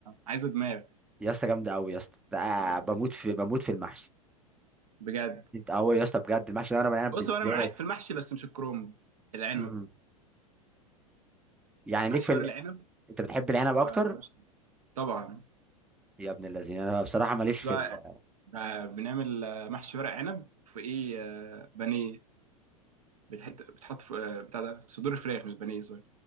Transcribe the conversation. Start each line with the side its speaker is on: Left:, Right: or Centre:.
Right: عايزه دماغ
Centre: يا اسطى جامده قوي يا اسطى ده، آه،
Right: يعني
Centre: بموت
Right: بت-
Centre: في بموت في المحشي
Right: بجد
Centre: انت قوي يا اسطى بجد المحشي ورق العنب
Right: بص
Centre: بالذات
Right: هو انا معاك في المحشي بس مش الكروم العنب
Centre: مم. يعني
Right: محشي
Centre: ليك في ال...
Right: ورق العنب
Centre: انت بتحب العنب اكتر
Right: ما- ملوش- طبعا
Centre: يا ابن الذين انا بصراحه ماليش
Right: بص
Centre: في
Right: بقى
Centre: ال...
Right: ب- بنعمل آه، محشي ورق عنب في ايه آه، بانيه بتحط بتحط في آه، بتاع ده صدور فراخ مش بانيه سوري